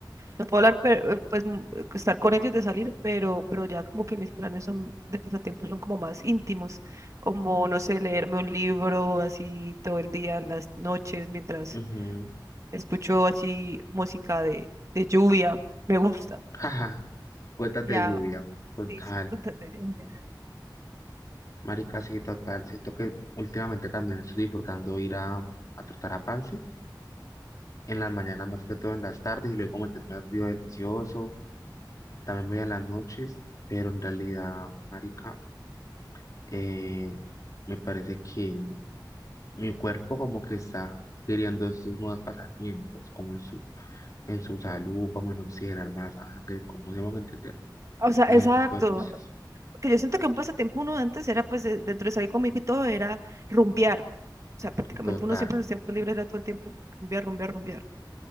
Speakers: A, on the right; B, on the left.
A: no puedo hablar, pero, eh, pues mm, estar con ellos de salir, pero, pero ya como que mis planes son de pasatiempos son como más íntimos, como, no sé, leerme un libro así todo el día, en las noches, mientras
B: Ujú.
A: escucho así música de, de lluvia, me gusta.
B: Jaja, cuentas
A: Ya
B: de lluvia, total.
A: Sí, sí, <laughs> totalmente.
B: Marica, sí, total. Siento que últimamente también estoy disfrutando ir a, a trotar a Pance, en las mañanas más que todo en las tardes, y luego meterme al río delicioso. También voy en las noches, pero en realidad, marica, eh, me parece que mi cuerpo como que está queriendo estos nuevos pasatiempos, como en su, en su salud, como en oxigenar más sangre, como se van entender,
A: O sea,
B: en ese
A: exacto.
B: tipo de cosas.
A: Que yo siento que un pasatiempo uno antes era, pues, de- dentro de salir conmigo y todo, era rumbear. O sea, prácticamente
B: Total,
A: uno siempre en los tiempos libres era todo el tiempo rumbear, rumbear, rumbear.